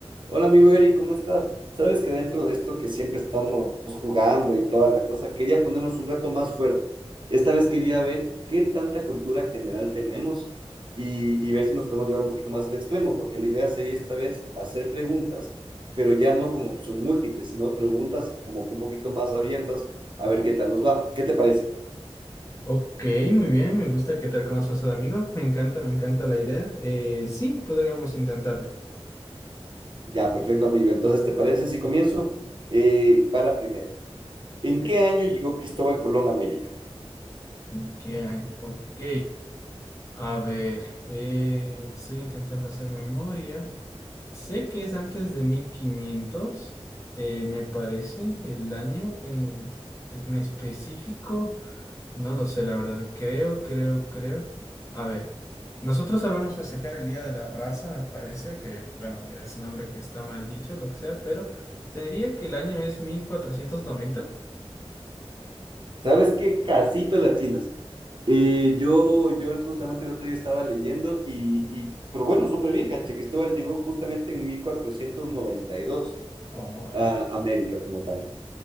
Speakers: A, on the right (about 50°); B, on the left (about 30°).
A: Hola amigo Eric, ¿cómo estás? Sabes que dentro de esto que siempre estamos jugando y toda la cosa, quería ponernos un reto más fuerte. Esta vez quería ver qué tanta cultura general tenemos y, y ver si nos podemos llevar un poquito más al extremo, porque la idea sería esta vez hacer preguntas, pero ya no con opción múltiple, sino preguntas como que un poquito más abiertas, a ver qué tal nos va. ¿Qué te parece?
B: Ok, muy bien, me gusta qué tal como has pasado, amigo. Me encanta, me encanta la idea. Eh, sí, podríamos intentarlo.
A: Ya, perfecto amigo. Entonces, ¿te parece si comienzo? Eh, va la primera. ¿En
B: Ok,
A: qué año llegó Cristóbal Colón a América?
B: ¿en qué año? Ok, a ver, eh, estoy intentando hacer memoria. Sé que es antes de 1500, eh, me parece, el año en, en específico. No lo sé, la verdad. Creo, creo, creo. A ver, nosotros sabemos festejar el Día de la Raza, me parece, que bueno, ya ese nombre que está mal dicho, lo que sea, pero te diría que el año es mil cuatrocientos noventa
A: ¿Sabes qué? Casito latinas. Eh, yo, yo justamente el otro día estaba leyendo y, y pero bueno, súper bien, caché. Cristóbal llegó justamente en 1492
B: Oh,
A: a América como tal.